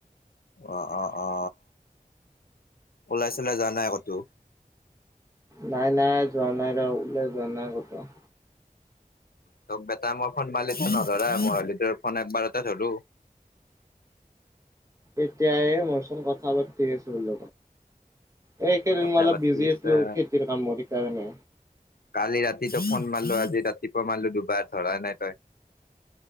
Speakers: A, on the left; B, on the right.
A: অ অ অ ওলাই চোলাই যা নাই কতো।
B: নাই নাই যোৱা নাই ৰহলৈ যোৱা নাই কত।
A: তোক বেটা মই ফোন মালি নধৰা ম ফোন একবাৰটা ধৰো।
B: এতিয়াই মইচোন কথা পাতি আছিলো জ। এই একেইদিন
A: কথা
B: মই অলপ
A: পাতি
B: বিজি
A: আছা।
B: আছিলো খেতিৰ কামত সেইকাৰণে?
A: কালি ৰাতিতো ফোন মাৰলো আজি ৰাতিপুৱা মাৰলো দুবাৰ ধৰা নাই তই।